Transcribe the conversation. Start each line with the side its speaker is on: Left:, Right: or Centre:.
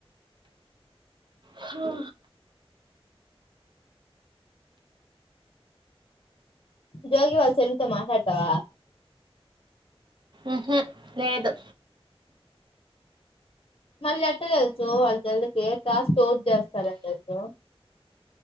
Right: హా
Left: జోగివాల్ చెల్లితో మాట్లాడ్తావ
Right: ఉహ్మ్ లేదు
Left: మళ్ళీ ఎట్ట తెల్సు వాళ్ళ చెళ్ళికి టాస్క్ పోస్ట్ చేస్తారని తెలుసు